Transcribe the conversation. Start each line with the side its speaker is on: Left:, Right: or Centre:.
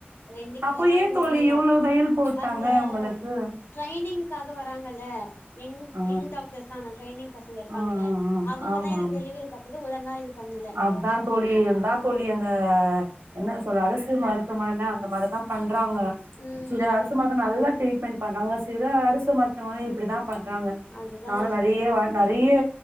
Left: ரெண்டு கிலோ
Right: அப்போ
Left: தா அவங்க
Right: ஏ தோழி
Left: இருந்தாங்க
Right: இவ்ளோ தையல் போட்டாங்க
Left: அந்த
Right: உங்களுக்கு
Left: ட்ரைனிங்க்காக வராங்கல்ல எங்
Right: ஆ
Left: இங் டாக்டர்ஸானா ட்ரைனிங் பசங்க இர்
Right: ஆ
Left: பாங்கள
Right: ஆ ஆ
Left: அவங்கதா
Right: ஆமா ஆமா
Left: எனக்கு டெலிவரி பாத்தது ஒழங்கா இது பண்ணல
Right: அதா தோழி எந்தா தோழி அந்த என்ன சொல்ல அரசு மருத்துவமனலா அந்த மா அதுதா பண்றாங்க
Left: ம்
Right: சில அரசு மட்டு நல்லா ட்ரீட்மெண்ட் பண்றாங்க சில அரசு மருத்து இந்த மாரி இப்டிதா பண்றாங்க
Left: அதுதா
Right: நானு நெறய நெறய